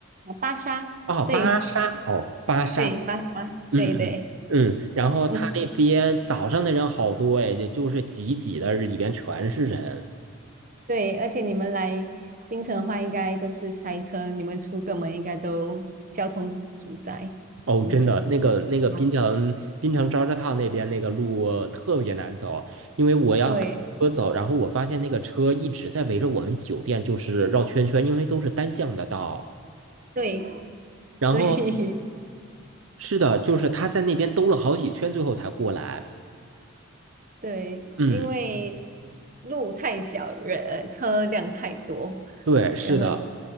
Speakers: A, on the right; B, on the right.
A: 巴沙，
B: 哦，
A: 对
B: 巴沙，哦，巴沙，
A: 对，巴沙，
B: 嗯嗯嗯，
A: 对对，
B: 然后他那边早上的人好多哎，
A: 嗯，
B: 就就是挤挤的，里边全是人。
A: 对，而且你们来槟城的话，应该都是塞车，你们出个门应该都交通阻塞，
B: 哦，
A: 是不是？
B: 真的，那个那个滨城滨城昭示烫那边那个路特别难走，
A: 对吗
B: 因为我要打车走，
A: 对
B: 然后我发现那个车一直在围着我们酒店就是绕圈圈，因为都是单向的道。
A: 对，所以
B: 然后是的，就是他在那边兜了好几圈，最后才过来。
A: <laughs> 对，
B: 嗯，
A: 因为路太小，人车辆太多，
B: 对，是的，
A: 然后就